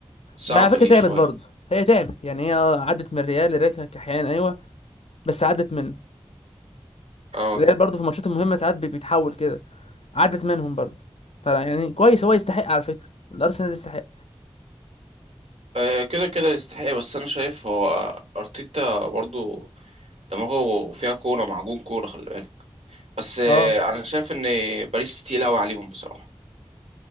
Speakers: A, on the right; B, on the left.
A: صعبة
B: ما على فكره
A: دي
B: تعبت
A: شوية
B: برضه هي تعبت يعني هي آه، عدت من الريال الريال كانت كحيان ايوه بس عدت منه
A: اه
B: الريال برضه في الماتشات المهمه ساعات بي- بيتحول كده عدت منهم برضه فلا يعني كويس هو يستحق على فكره الارسنال يستحق
A: آه، كده كده يستحق بس انا شايف هو ارتيتا برضو دماغه فيها كورة معجون كورة خلي بالك بس آه،
B: اه
A: انا شايف ان باريس تقيل قوي عليهم بصراحة